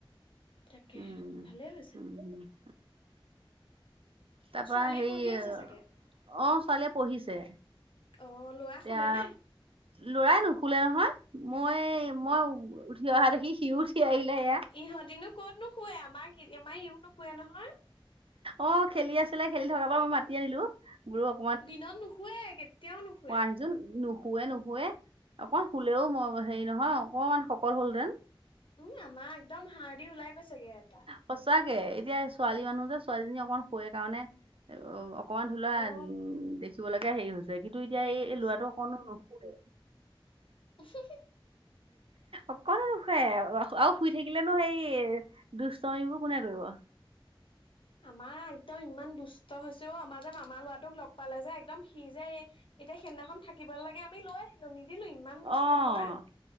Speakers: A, on the left; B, on the right.
A: তাকেহে
B: উম
A: ভালেই হৈছে
B: উ <unintelligible> তাৰপৰা
A: ছোৱালীয়ে
B: হেৰি
A: পঢ়ি
B: অ'
A: আছে চাগে
B: ছোৱালীয়ে পঢ়িছে।
A: অ' ল'ৰা
B: এতিয়া
A: শুলেনে?
B: ল'ৰাই নুশুলে নহয় মই, মই উঠি অহা দেখি সিও উঠি আহিলে এইয়া
A: ইহঁতেনো ক'ত নো শুৱে আমাৰ আমাৰ ইও নোশুৱে নহয়।
B: অ' খেলি আছিলে খেলি থকাৰ পৰা মই মাতি আনিলো দূৰক।
A: দিনত নুশুৱে। কেতিয়াও নুশুৱে
B: অ আহি চোন নু <unintelligible> শুৱে -নুশুৱে আকৌ শুলেও মই হেৰি নহয় অকমান শকত হ'ল যে
A: উম আমাৰ একদম হাড়দি ওলাই গৈছেগে এটা
B: সঁচাকে এতিয়া ছোৱালী মানুহ যে, ছোৱালীজনী অকমান শুৱে কাৰণে অ'। অকণমান হ'লেও
A: অ
B: উম দেখিব লৈকে হেৰি হৈছে কিন্তু এতিয়া
A: হেৰি
B: এই
A: হৈছে
B: ল'ৰাটো অকনো নুশুৱে
A: উ <unintelligible>
B: অকনো নুশুৱে আৰু শুই থাকিলে নো সেই দুষ্টামিবোৰ কোনে কৰিব?
A: আমাৰ এইকেইটাও ইমান দুষ্ট হৈছেও আমাৰ যে মামাৰ ল'ৰাটোক লগ পালে যে একদম সি যে এতিয়া সেইদিনাখন থাকিব নালাগে আমি লৈ নিদিলো ইমান
B: অ',
A: দুষ্ট কৰে